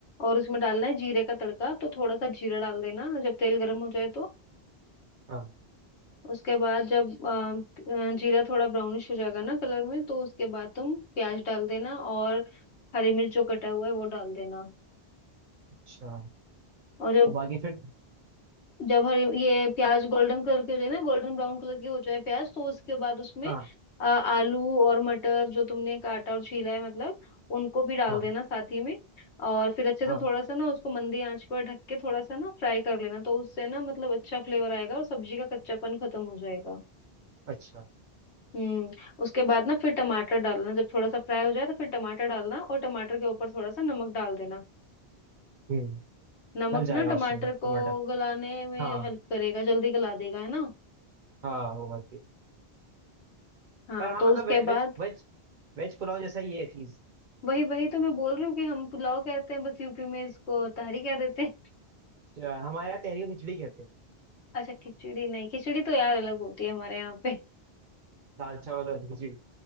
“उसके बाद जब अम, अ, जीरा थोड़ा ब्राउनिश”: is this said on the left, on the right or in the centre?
Left